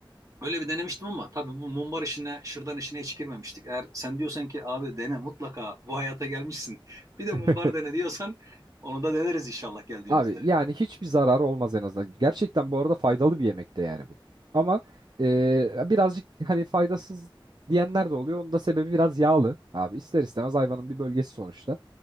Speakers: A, on the right; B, on the right.
A: öyle bir denemiştim ama tabii bu mumbar işine şırdan işine hiç girmemiştik. Eğer sen diyorsan ki abi dene mutlaka bu hayata gelmişsin <laughs> bir de mumbar
B: <laughs>
A: dene diyorsan onu da deneriz inşallah geldiğimizde.
B: Abi yani hiçbir zararı olmaz en azından. Gerçekten bu arada faydalı bir yemek de yani bu. Ama e, birazcık hani faydasız diyenler de oluyor. Onun da sebebi biraz yağlı abi. İster istemez hayvanın bir bölgesi sonuçta.